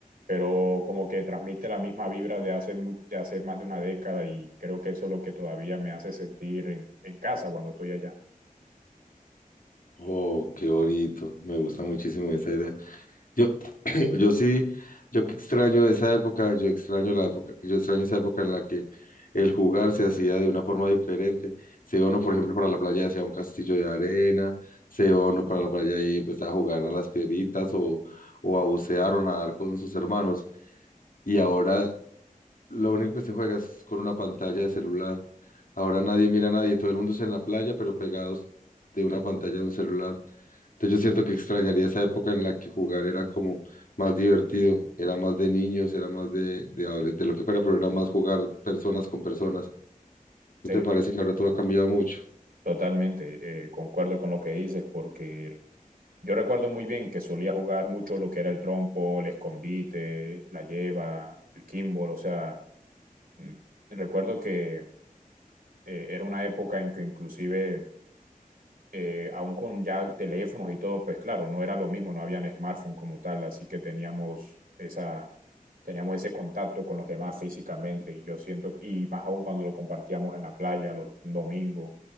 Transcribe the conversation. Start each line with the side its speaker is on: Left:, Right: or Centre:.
Right: pero como que transmite la misma vibra de hace, mu- de hace más de una década y creo que eso es lo que todavía me hace sentir en, en casa cuando estoy allá.
Left: Oh, qué bonito. Me gusta muchísimo esa idea. Yo, <clears throat> yo sí, yo que extraño esa época, yo extraño la época, yo extraño esa época en la que el jugar se hacía de una forma diferente. Se iba uno, por ejemplo, para la playa y hacía un castillo de arena, se iba uno para la playa y empezaba a jugar a las piedritas o, o a bucear o a nadar con sus hermanos. Y ahora lo único que se juega es con una pantalla de celular. Ahora nadie mira a nadie, todo el mundo es en la playa, pero pegados de una pantalla de un celular. Entonces yo siento que extrañaría esa época en la que jugar era como más divertido, era más de niños, era más de, de adolescentes, de lo que fuera, pero era más jugar personas con personas.
Right: Sí,
Left: ¿No te parece que ahora todo ha cambiado mucho?
Right: totalmente, eh, concuerdo con lo que dices porque yo recuerdo muy bien que solía jugar mucho lo que era el trompo, el escondite, la lleva, el kimball, o sea, mm, recuerdo que eh, era una época en que inclusive eh, aún con ya teléfonos y todo, pues claro, no era lo mismo, no habían smartphone como tal, así que teníamos esa, teníamos ese contacto con los demás físicamente y yo siento, y más aún cuando lo compartíamos en la playa los domingos,